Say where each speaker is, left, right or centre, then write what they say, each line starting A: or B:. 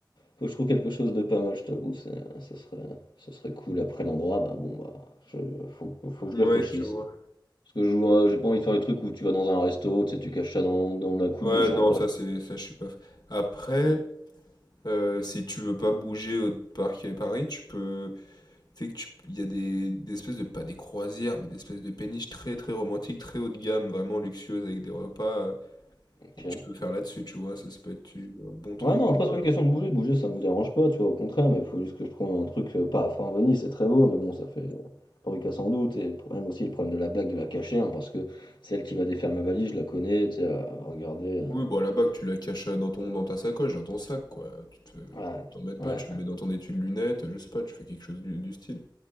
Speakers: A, on the left; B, on the left.
A: Faut que je trouve quelque chose de pas mal, je t'avoue, c'est- ça serait, ça serait cool. Après l'endroit, bah bon, bah, je, faut, faut que je
B: Ouais,
A: réfléchisse.
B: je vois.
A: Parce que je vois- j'ai pas envie de faire les trucs où tu vas dans un resto, tu sais, tu caches ça dans, dans la coupe
B: Ouais,
A: de champagne.
B: non, ça, c'est, ça, je suis pas. f- Après, euh, si tu veux pas bouger au parc à Paris, tu peux. Tu sais que tu, il y a des, des espèces de, pas des croisières, mais des espèces de péniches très, très romantiques, très haut de gamme, vraiment luxueuses, avec des repas. euh,
A: Ok.
B: Et tu peux faire là-dessus, tu vois, ça, ça peut être euh, un bon truc,
A: Ouais, non,
B: tu
A: après,
B: vois.
A: c'est pas une question de bouger, bouger, ça me dérange pas, tu vois, au contraire, mais faut juste que je trouve un truc, euh, pas, enfin, Venise, c'est très beau, mais bon, ça fait euh, bruit qu'à sans doute, et le problème aussi, le problème de la bague, de la cacher, hein, parce que celle qui va défaire ma valise, je la connais, tu sais, à regarder,
B: Oui, bon, à la bac, tu la caches euh, dans ton, dans ta sacoche, dans ton sac, quoi. Tu te,
A: euh,
B: t'en mets pas,
A: ouais, ouais,
B: tu le mets dans ton étui de lunettes, je sais pas, tu fais quelque chose du, du style.